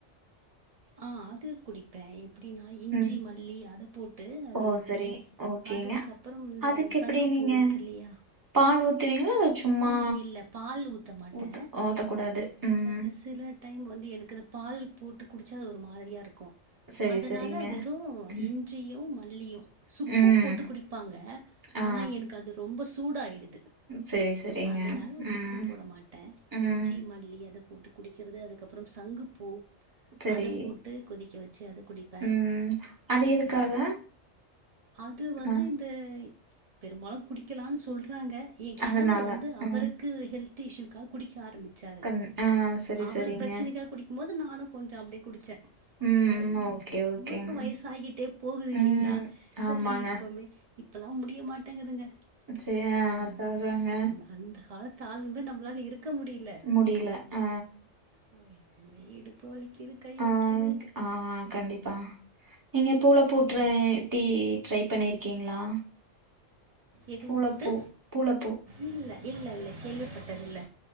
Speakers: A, on the right; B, on the right.
A: ஆ அது குடிப்பே எப்டினா இஞ்சி
B: ம்
A: மல்லி அத போட்டு அது
B: ஓ
A: ஒரு
B: சரி
A: டீ
B: ஓகேங்க.
A: அதுக்கப்றோ இந்த
B: அதுக்கு எப்டி
A: சங்குபூ
B: நீங்க
A: இருக்கு இல்லையா
B: பால் ஊத்துவீங்ளா இல் சும்மா
A: ம் இல்ல பால் மாட்டே
B: ஊத்த ஊத்தக்கூடாது ம்
A: அ சில டைம் வந்து எனக்கு அந்த பால் போட்டு குடிச்சா அது ஒரு மாதிரியா இருக்கு
B: சரி
A: அதனால
B: சரிங்க.
A: வெறு
B: ம்
A: இஞ்சியு மல்லியு சுக்கு
B: ம்
A: போட்டு குடிப்பாங்க
B: ஆ
A: ஆனா எனக்கு அது ரொம்ப சூடாயிடுது
B: சரி சரிங்க.
A: அதுனால சுக்கு
B: ம்
A: போட மாட்ட
B: ம்
A: இஞ்சி ம மள்ளி அத போட்டு குடிக்கறது அதுக்கப்றோ சங்குபூ
B: சரி
A: அத போட்டு கொதிக்க வச்சு அத குடிப்பே
B: ம் அது
A: அந்த
B: எதுக்காக?
A: மாதிரி அது வந்து
B: அ
A: இந்த பெரும்பாலு குடிக்கலானு சொல்றாங்க என் கணவர்
B: அதனால
A: வந்து அவருக்கு
B: ம்
A: ஹெல்த் இஷயூக்காக குடிக்க ஆரம்பிச்சாறு
B: கண் ஆ சரி
A: அவர்
B: சரிங்க.
A: பிரச்சனைகாக குடிக்கு போது நானு கொஞ்ச அப்டியே குடிச்சே
B: ம்
A: ஓகே
B: ஓகேங்க.
A: இவர்க்கு வயசு ஆகிட்டே போகுது இல்லைங்ளா
B: ம்
A: செரி
B: ஆமாங்க.
A: இப்புமே இப்பல்லா முடிய மாட்டேங்குதுங்க
B: சே
A: அ
B: அதாதாங்க
A: அந் அந்த காலத்து ஆளுங்க மாரி நம்மளால இருக்க முடில
B: முடில அ
A: ம எப்போமே இடுப்பு வலிக்குது கை
B: ஆ
A: வலிக்குது
B: ஆ கண்டிப்பா நீங்க பூல போட்ற டீ ட்ரை பணியிருக்கீங்ளா
A: எதுவும்
B: பூளப்பூ
A: போட்டு
B: பூளப்பூ
A: இல்ல இல்ல இல்ல கேள்விப்பட்டதில்ல